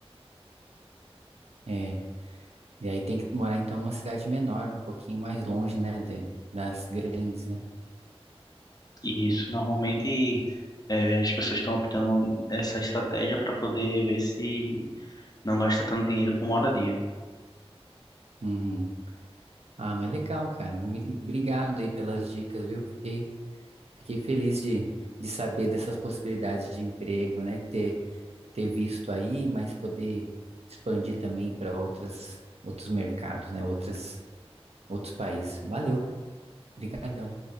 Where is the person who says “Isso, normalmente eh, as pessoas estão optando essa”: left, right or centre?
Left